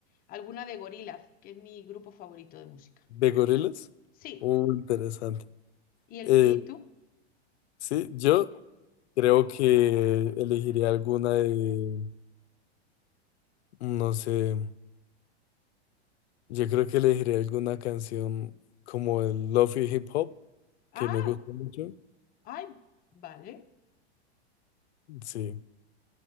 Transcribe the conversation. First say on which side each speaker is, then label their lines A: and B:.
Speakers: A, on the left; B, on the left.
A: alguna de Gorillaz, que es mi grupo favorito de música.
B: ¿De Gorillaz?
A: Sí.
B: Uh, interesante.
A: ¿Y, el,
B: Eh,
A: y tú?
B: sí, yo creo que elegiría alguna de, no sé, yo creo que elegiría alguna canción como el Lofi Hip Hop,
A: Ah,
B: que me gusta mucho.
A: ay, vale.
B: Sí.